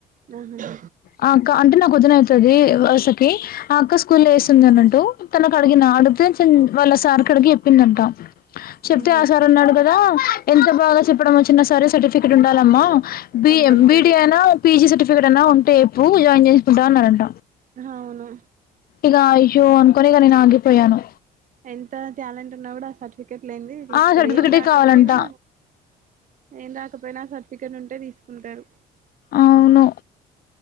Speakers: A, on the right (about 50°); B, on the left (about 60°).
A: అహా
B: ఆ అక్క అంటే నాకు వదిన అయితది. వరుసకి ఆ అక్క స్కూల్ వేస్తుంది అన్నట్టు తనకు అడిగిన ఆడితే వాళ్ళ సార్ కడిగి చెప్పిందంటా చెప్తే
A: ఆహా
B: ఆ సార్ అన్నాడు గాద. ఎంత బాగా చెప్పడం వచ్చిన సరే సర్టిఫికెట్ ఉండాలమ్మా. బీ.
A: కంపల్సరీ
B: ఏ. బిడీ అయినా, పి. జి సర్టిఫికేట్ అయినా ఉంటే ఎప్పు జాయిన్ చేసుకుంటా. అన్నాడంట.
A: అవునా
B: ఇగా ఆ ఇష్యూ అనుకునే ఇగ నేను ఆగిపోయాను.
A: ఎంత టాలెంట్ ఉన్నా గూడా. ఆ సర్టిఫికెట్ లేంది. తీసుకోరు
B: ఆ సర్టిఫికెటే
A: ఏం రాకపోయినా
B: కావాలంట
A: ఏం రాకపోయినా. ఆ సర్ట్ ఫికెన్ ఉంటే తీసుకుంటారు.
B: అవును